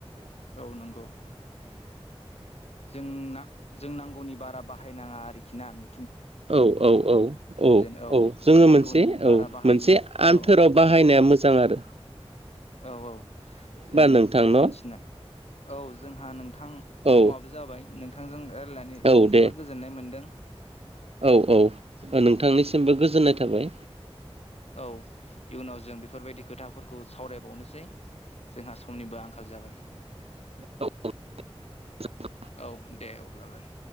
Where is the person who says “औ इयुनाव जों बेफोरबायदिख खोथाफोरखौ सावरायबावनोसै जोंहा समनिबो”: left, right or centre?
Left